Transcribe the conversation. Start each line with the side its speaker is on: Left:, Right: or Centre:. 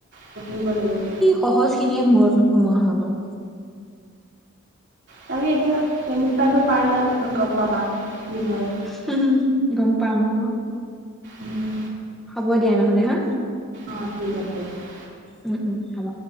Right: পঢ়িব লাগিব।
Centre: সহজখিনিয়ে মূৰত নোসোমোৱা হৈ গ'ল।
Right: তাকে এতিয়া চেমিষ্টাৰটো পাই লোৱা তাৰ পাছত গম পাবা কি হয়।
Centre: হুম গম পাম অ
Right: উম।
Centre: হ'ব দিয়া নহ'লে হা।
Right: অঁ ঠিক আছে দিয়ক।
Centre: উম উম হ'ব।